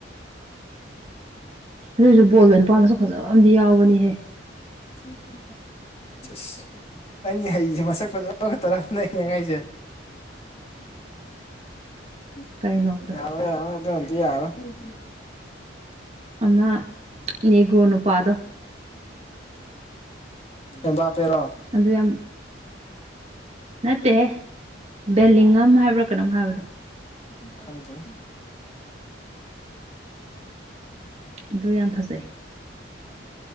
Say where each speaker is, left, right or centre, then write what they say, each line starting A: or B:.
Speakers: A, on the right; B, on the left.
A: ꯑꯗꯨꯏꯁꯨ ꯕꯣꯜꯗ ꯅꯨꯄꯥꯃꯁꯛ ꯐꯖꯕ ꯑꯃꯗꯤ ꯌꯥꯎꯕꯅꯤꯍꯦ
B: <inaudible> ꯑꯁ ꯅꯪꯒꯤ ꯍꯩꯁꯦ ꯃꯁꯛ ꯐꯖꯕ ꯈꯇꯔꯥ <unintelligible> ꯎꯝ
A: ꯀꯩꯅꯣꯗꯣ
B: ꯌꯥꯔꯣꯏ-ꯌꯥꯔꯣꯏ ꯑꯗꯨꯅꯗꯤ ꯌꯥꯔ‌ꯣꯏ
A: ꯑꯃ ꯅꯦꯒ꯭ꯔꯣ ꯅꯨꯄꯥꯗꯣ
B: ꯍꯡꯒ ꯇꯦꯔꯥ
A: ꯑꯗꯨ ꯌꯥꯝ ꯅꯠꯇꯦꯍ‌ꯦ ꯕꯦꯂꯤꯡꯉꯝ ꯍꯥꯏꯕ꯭ꯔ ꯀꯩꯅꯣꯝ ꯍꯥꯏꯕꯗꯣ
B: ꯎ ꯈꯪꯗꯦ
A: ꯑꯗꯣ ꯌꯥꯝ ꯐꯖꯩ